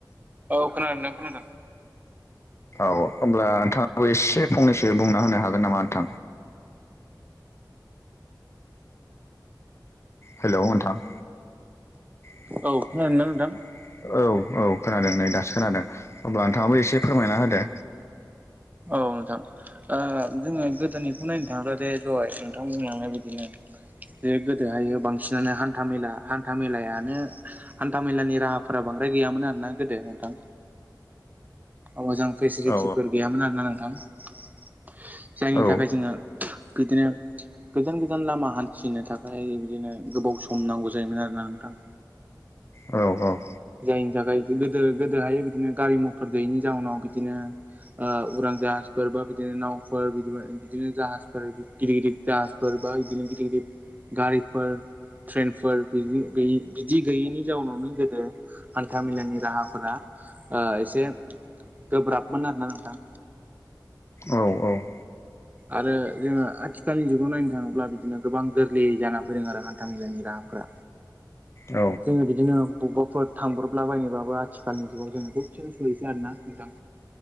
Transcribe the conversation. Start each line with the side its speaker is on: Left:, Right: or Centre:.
Right: औ खोनादों नोंथां खोनादों।
Left: औ होमब्ला नोंथाङाबो एसे फंनैसो बुंना होनो हागोन नामा नोंथां? हेल' नोंथां। <unintelligible>
Right: औ खोनादों ना नोंथां
Left: औ। औ खोनादों नै दासो खोनादों अब्ला नोंथाङाबो एसे फोरमायना होदो।
Right: औ नोंथां ओ जोङो गोदोनिखौ नायनो थाङोब्ला बे दहाय नोंथां बुंलांनाय बादिनो बे गोदोहाय बांसिनानो हान्था मेला हान्था मेलायानो हान्था मेलानि राहाफोरा बांद्राय गैयामोन आरोना गोदो नोंथां। मोजां फेसिलिटिफोर
Left: औ
Right: गैयामोन आरोना नोंथां। जायनि
Left: औ
Right: थाखाय जोङो बिदिनो गोजान गोजान लामा हान्थिनो थाखाय बिदिनो गोबाव सम नांगौ जायोमोन आरोना नोंथां।
Left: औ औ।
Right: जायनि थाखाय गोदो गोदोहाय बिदिनो गारि मथर गैयैनि जाउनाव बिदिनो ओ उरां जाहाजफोर बा बिदिनो नावफोर बिदि-बिदिनो जाहाजफोर गिदिर गिदिर जाहाज फोर बा बिदिनो गिदिर गिदिर गारिफोर ट्रेनफोर बिदि बिदि गैयैनि जाउनावनो गोदो हान्था मेलानि राहाफोरा ओ एसे गोब्राबमोन आरोना नोंथां।
Left: औ औ।
Right: आरो जोङो आथिखालनि जुगाव नायनो थाङोब्ला बिदिनो गोबां गोरलै जाना फैदों आरो हान्था मेलानि राहाफ्रा।
Left: औ
Right: जोङो बिदिनो बबेबाफोर थांब्रबला बायनोबाबो आथिखालनि जुगाव जोङो बहुद चेन्ज नुसै आरोना नोंथां।